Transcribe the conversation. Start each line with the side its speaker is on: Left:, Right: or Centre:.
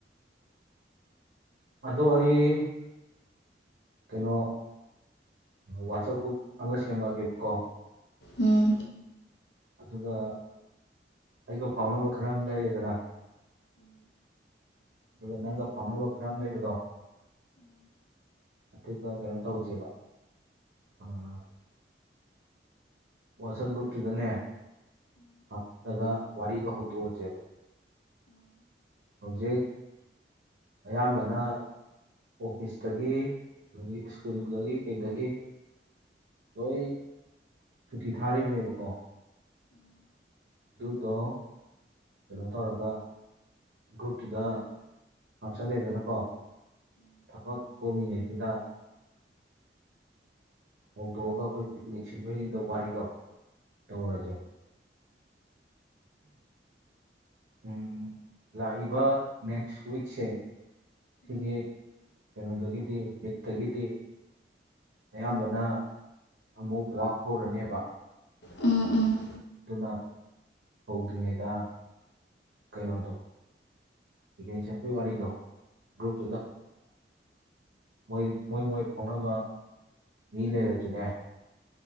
Right: ꯑꯗꯣ ꯑꯩ ꯀꯩꯅꯣ ꯋꯥꯆꯞ ꯒ꯭ꯔꯨꯞ ꯑꯃ ꯁꯦꯝꯃꯛꯑꯒꯦꯕꯀꯣ
Left: ꯎꯝ
Right: ꯑꯗꯨꯒ ꯑꯩꯒ ꯐꯥꯎꯅꯕ ꯈꯔ ꯑꯃ ꯂꯩꯔꯦꯗꯅ ꯑꯗꯨꯒ ꯅꯪꯒ ꯐꯥꯎꯅꯕ ꯈꯔ ꯑꯃ ꯂꯩꯕꯗꯣ ꯑꯗꯨꯒ ꯀꯩꯅꯣ ꯇꯧꯁꯦꯕ ꯎꯝ ꯋꯥꯆꯞ ꯒ꯭ꯔꯨꯞꯇꯨꯗꯅꯦ ꯍꯥꯞꯂꯒ ꯋꯥꯔꯤꯗꯣ ꯍꯧꯗꯣꯛꯑꯁꯦꯕ ꯍꯧꯖꯤꯛ ꯑꯌꯥꯝꯕꯅ ꯑꯣꯐꯤꯁ ꯇꯒꯤ ꯑꯗꯒꯤ ꯁ꯭ꯀꯨꯜꯗꯒꯤ ꯀꯩꯗꯒꯤ ꯂꯣꯏ ꯁꯨꯇꯤ ꯊꯥꯔꯤꯕꯅꯦꯕꯀꯣ ꯑꯗꯨꯗꯣ ꯀꯩꯅꯣ ꯇꯧꯔꯒ ꯒ꯭ꯔꯨꯞꯇꯨꯗ ꯍꯥꯞꯆꯜꯂꯦꯗꯅꯀꯣ ꯊꯕꯛ ꯀꯣꯝꯃꯤ ꯉꯩꯁꯤꯗ ꯍꯧꯗꯣꯛꯑꯒ ꯑꯩꯈꯣꯏ ꯄꯤꯛꯅꯤꯛ ꯁꯤꯟꯖꯗ ꯋꯥꯔꯤꯗꯣ ꯇꯧꯔꯁꯦꯕ ꯎꯝ ꯂꯥꯛꯏꯕ ꯅꯦꯛꯁ ꯎꯤꯛꯁꯦ ꯁꯤꯒꯤ ꯀꯩꯅꯣꯗꯒꯤꯗꯤ ꯃꯤꯠꯇꯒꯤꯗꯤ ꯑꯌꯥꯝꯕꯅ ꯑꯃꯨꯛ ꯋꯥꯛ ꯍꯧꯔꯅꯦꯕ
Left: ꯎꯝ ꯎꯝ
Right: ꯑꯗꯨꯅ ꯍꯧꯗ꯭ꯔꯤꯉꯩꯗ ꯀꯩꯅꯣꯗꯣ ꯏ ꯁꯦ ꯐꯦꯋꯥꯔꯤꯗꯣ ꯒ꯭ꯔꯨꯞꯇꯨꯗ ꯃꯣꯏ ꯃꯣꯏ ꯃꯣꯏ ꯐꯥꯎꯅꯕ ꯃꯤ ꯂꯩꯔ ꯑꯗꯨꯅꯦ